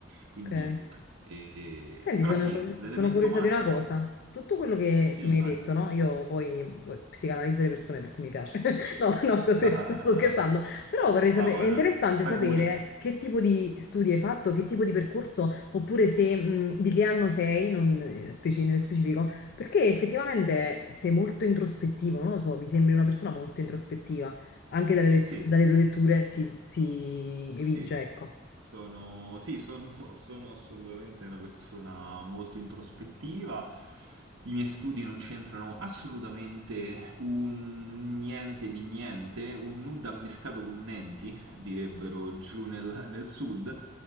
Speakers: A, on the right; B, on the left.
A: Quindi,
B: ok.
A: eh,
B: Senti,
A: però
B: sono,
A: sì, l'elemento
B: sono curiosa
A: magico,
B: di una cosa. Tutto quello che
A: sì,
B: tu mi
A: vai.
B: hai detto, no? Io poi poi psicanalizzo le persone perché mi piace. <laughs> No, no, sto
A: <laughs>
B: scherz-
A: Ah,
B: sto scherzando. Però vorrei
A: guarda,
B: sapere, è interessante
A: fai
B: sapere
A: pure.
B: che tipo di studi hai fatto, che tipo di percorso, oppure se, mh, di che anno sei, non eh, speci- nello specifico, perché effettivamente sei molto introspettivo, non lo so, mi sembri una persona molto introspettiva. Anche dalle, lett-
A: Sì,
B: dalle tue letture si, si evince,
A: sì.
B: ecco.
A: Sono, sì, sono, <laughs> sono assolutamente una persona molto introspettiva. I miei studi non c'entrano assolutamente un niente di niente, un nudo ammescato con nenti, direbbero giù nel, nel sud,